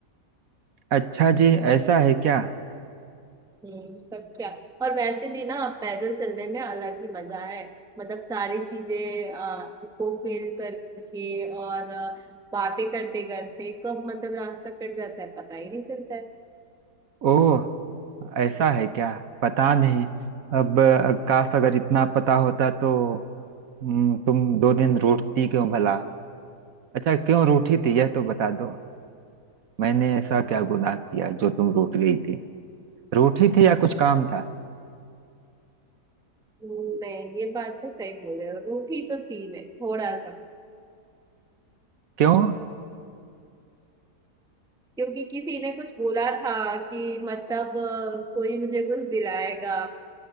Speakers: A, on the right; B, in the centre.
A: अच्छा जी ऐसा है क्या
B: हम्म सब क्या और वैसे भी ना पैदल चलने में अलग ही मजा है मतलब सारी चीजें अ, को फील करके और अ, बातें करते करते कब मतलब रास्ता कट जाता है पता ही नहीं चलता है
A: ओह ऐसा है क्या पता नहीं अब अ, काश अगर इतना पता होता तो हम्म, तुम दो दिन रोती क्यों भला अच्छा क्यों रूठी थी यह तो बता दो मैंने ऐसा क्या गुनाह किया जो तुम रोट गई थी रोटी थी या कुछ काम था
B: हम्म, नहीं ये बात तो सही बोले हो रूठी तो थी मैं थोड़ा सा
A: क्यों
B: क्योंकि किसी ने कुछ बोला था कि मतलब अ, कोई मुझे कुछ दिलाएगा